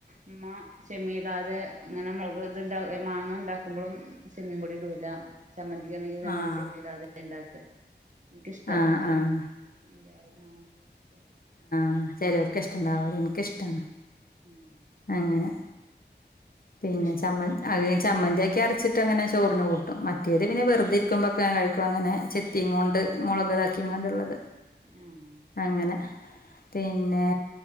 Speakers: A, on the right; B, on the left.
A: ഉമ്മ ചെമ്മീൻ ഇടാതെ അങ്ങനെ മൊൾക് ഇത്ണ്ട ഈ മാങ്ങ ഉണ്ടാക്കുമ്പോഴും ചെമ്മീൻ പൊടി ഇടൂല. ചമ്മന്തിക്കാണെങ്കി തന്നെ
B: ആഹ്
A: ചെമ്മീടാതെ ഉണ്ടാക്ക എനിക്കിഷ്ടല്ല
B: ആഹ്
A: ചെമ്മീ
B: ആഹ്
A: അയിന്റെ ആഹ് ഒരു മണം ഇഷ്ടുല്ല.
B: ആഹ് ചിലർക്ക് ഇഷ്ടണ്ടാവുല എനിക്കിഷ്ടാണ്
A: ഉം.
B: അങ്ങനെ പിന്നെ
A: ഇഷ്ടാ
B: ചമ്മന്തി അത് ചമ്മന്തി ആക്കി അരച്ചിട്ട് അങ്ങനെ ചോറിന് കൂട്ടും മറ്റേത് പിന്നെ വെറുതെ ഇരിക്കുമ്പോക്കെ കഴിക്കും അങ്ങനെ ചെത്തി ത്തിങ്ങോണ്ട് മുളക് താക്കിങ്ങോണ്ടിള്ളത്.
A: ഏഹ്.
B: അങ്ങനെ പിന്നെ